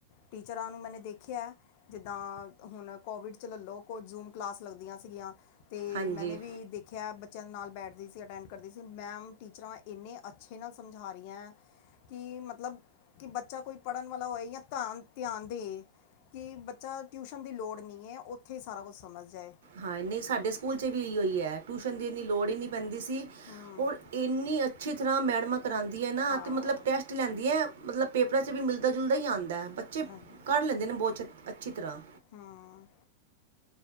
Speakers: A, on the left; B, on the right.
A: ਟੀਚਰਾਂ ਨੂੰ ਮੈਨੇ ਦੇਖਿਆ ਜਿੱਦਾਂ ਹੁਣ ਕੋਵਿਡ ਚ ਲੈ ਲੋ ਕੋ ਜ਼ੂਮ ਕਲਾਸ ਲੱਗਦੀਆਂ ਸੀਗੀਆਂ ਤੇ
B: ਹਾਂਜੀ
A: ਮੈਨੇ ਵੀ ਦੇ ਖਿਆ ਬੱਚਿਆਂ ਦੇ ਨਾਲ ਬੈਠਦੀ ਸੀ ਅਟੈਂਡ ਕਰਦੀ ਸੀ ਮੈਮ ਟੀਚਰਾਂ ਇੰਨੇ ਅੱਛੇ ਨਾਲ ਸਮਝਾ ਰਈਐ। ਕੀ ਮਤਲਬ ਕੀ ਬੱਚਾ ਕੋਈ ਪੜ੍ਹਨ ਵਾਲਾ ਹੋਏ ਜਾਂ ਧਿਆ ਧਿਆਨ ਦੇ। ਕੀ ਬੱਚਾ ਟਿਊਸ਼ਨ ਦੀ ਲੋੜ ਨੀ ਐ ਉੱਥੇ ਈ ਸਾਰਾ ਕੁੱਛ ਸਮਝ ਜਾਏ।
B: ਹਾਂ ਨਈ ਸਾਡੇ ਸਕੂਲ ਚ ਵੀ ਏਈਓ ਈ ਟਿਊਸ਼ਨ ਦੀ ਇੰਨੀ ਲੋੜ ਹੀ ਨੀ ਪੈਂਦੀ ਸੀ।
A: ਹੂੰ
B: ਇੰਨੀ ਅੱਛੀ ਤਰ੍ਹਾਂ ਮੈਡਮਾਂ ਕਰਾਂਦੀਆਂ ਨਾ
A: ਹਾਂ
B: ਤੇ ਮਤਲਬ ਟੈਸ ਟ ਲੈਂਦੀਐ ਮਤਲਬ ਪੇਪਰਾਂ ਚ ਵੀ ਮਿਲਦਾ ਜੁਲਦਾ ਈ ਆਂਦੈ ਬੱਚੇ
A: ਹਾਂਜੀ
B: ਕਰ ਲੈਂਦੇ ਨੇ ਬਹੁਤ ਛ ਅੱਛੀ ਤਰ੍ਹਾਂ।
A: ਹਾਂ।